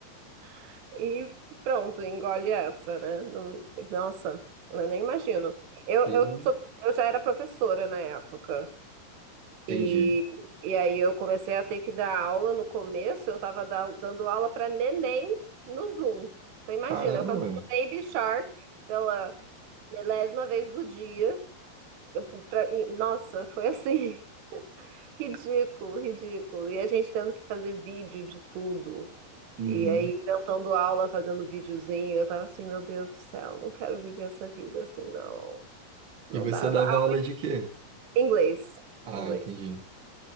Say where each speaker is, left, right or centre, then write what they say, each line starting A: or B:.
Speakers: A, on the right (about 80°); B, on the right (about 60°).
A: <laughs> e pronto, engole essa, né? Não- Nossa, eu nem imagino. Eu,
B: Sim.
A: eu sou- eu já era professora na época.
B: Entendi.
A: E, e aí eu comecei a ter que dar aula no começo, eu estava dando aula para neném no Zoom. Então imagina,
B: Caramba.
A: eu cantando Baby Shark pela milésima vez do dia. Eu- Pra- e- nossa, foi assim, <laughs> ridículo, ridículo. E a gente tendo que fazer vídeo de tudo.
B: Uhum.
A: E aí inventando aula, fazendo videozinho. Eu tava assim, meu Deus do céu, não quero viver essa vida assim, não. Não
B: E você
A: dava.
B: dava
A: Ah,
B: aula de quê?
A: inglês,
B: Ah,
A: inglês.
B: entendi.